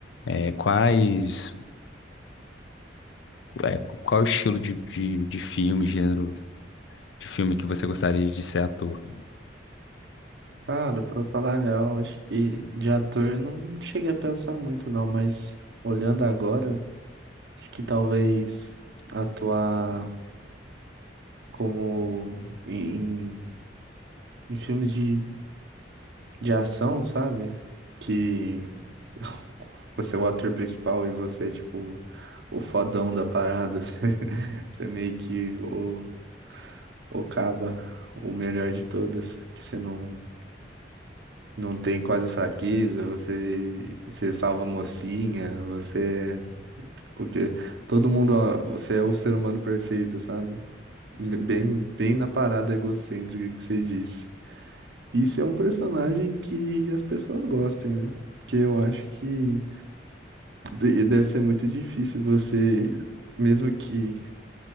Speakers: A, on the left; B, on the right.
A: É, quais, é, qual o estilo de, de, de filme, gênero de filme que você gostaria de ser ator?
B: Cara, pra falar a real, acho que de ator eu não cheguei a pensar muito, não, mas olhando agora, acho que talvez atuar como em, em em filmes de, de ação, sabe? Que <laughs> você é o ator principal e você é tipo o fodão da parada. <laughs> Você é meio que o, o caba, o melhor de todas, que você não. Não tem quase fraqueza, você, você salva a mocinha, você, o quê? Todo mundo, ó, você é o ser humano perfeito, sabe? Bem, bem na parada egocêntrica que você disse. Isso é um personagem que as pessoas gostem, né? Porque eu acho que de- deve ser muito difícil você, mesmo que